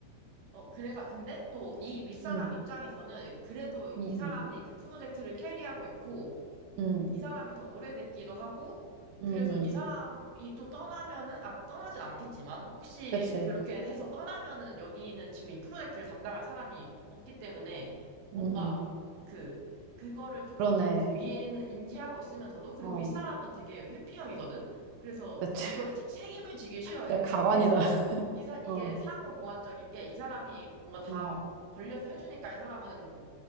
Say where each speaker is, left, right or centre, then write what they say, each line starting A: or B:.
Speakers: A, on the right; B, on the right.
A: 어 그래가 근데 또 이 윗사람
B: 응,
A: 입장에서는 그래도 이
B: 응,
A: 사람이
B: 응.
A: 그 프로젝트를 캐리하고 있고
B: 음,
A: 이 사람이 더 오래됐기도 하고, 그래서
B: 음, 음.
A: 이 사람이 또 떠나면은, 아, 떠나진 않겠지만, 혹시
B: 그치.
A: 그렇게 해서 떠나면은 여기는 지금 이 프로젝트를 담당할 사람이 없기 때문에, 뭔가
B: 음, 음.
A: 그, 그거를 조금
B: 그러네.
A: 인, 위에는 인지하고 있으면서도, 그리고
B: 어,
A: 윗사람은 되게 회피형이거든? 그래서
B: 그치.
A: 이걸
B: <laughs>
A: 책- 책임을 지기 싫어해.
B: 진짜 가관이다.
A: 그래서
B: <laughs>
A: 이사, 이게
B: 어,
A: 상호 보완적인 게 이 사람이 뭔가 다
B: 어.
A: 벌려서 해주니까 이 사람은